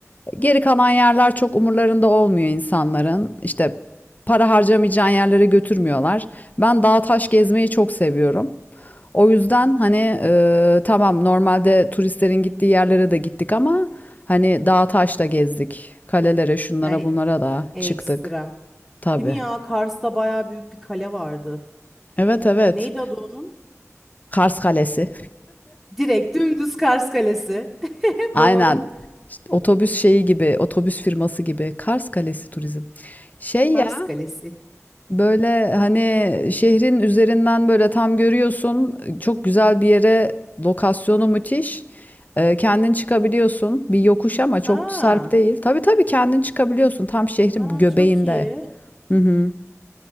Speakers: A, on the left; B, in the centre.
A: Geri kalan yerler çok umurlarında olmuyor insanların. İşte para harcamayacağın yerlere götürmüyorlar. Ben dağ taş gezmeyi çok seviyorum. O yüzden hani e, tamam normalde turistlerin gittiği yerlere de gittik ama hani dağ taş da gezdik. Kalelere, şunlara
B: Yani
A: bunlara da
B: ekstrem.
A: çıktık. Tabii.
B: Değil mi ya? Kars'ta bayağı büyük bir kale vardı.
A: Evet evet.
B: Neydi adı onun?
A: Kars Kalesi.
B: Direkt dümdüz Kars Kalesi. <laughs>
A: Aynen.
B: Doğru.
A: İşte otobüs şeyi gibi, otobüs firması gibi. Kars Kalesi Turizm. Şey
B: Kars
A: ya,
B: Kalesi.
A: böyle hani şehrin üzerinden böyle tam görüyorsun. Çok güzel bir yere, lokasyonu müthiş. Ee, kendin çıkabiliyorsun. Bir yokuş ama çok
B: Ha,
A: sarp değil. Tabii tabii kendin çıkabiliyorsun. Tam şehrin
B: aa,
A: göbeğinde.
B: çok iyi.
A: Hı hı.